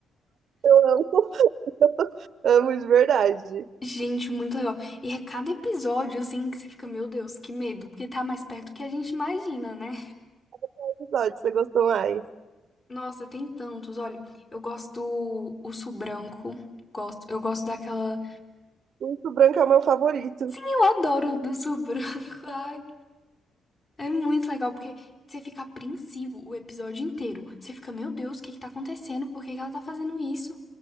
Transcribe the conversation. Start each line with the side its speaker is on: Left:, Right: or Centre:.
Right: Eu amo, <laughs> amo de verdade.
Left: Gente, muito legal. E é cada episódio, assim, que você fica, meu Deus, que medo. Porque tá mais perto do que a gente imagina, né?
Right: Qual episódio você gostou mais?
Left: Nossa, tem tantos. Olha, eu gosto do Urso Branco. Gosto, eu gosto daquela.
Right: Muito Branco é o meu favorito.
Left: Sim, eu adoro o do Urso Branco. <laughs> Ai, É muito legal, porque você fica apreensivo o episódio inteiro. Você fica, meu Deus, o que que tá acontecendo? Por que que ela tá fazendo isso?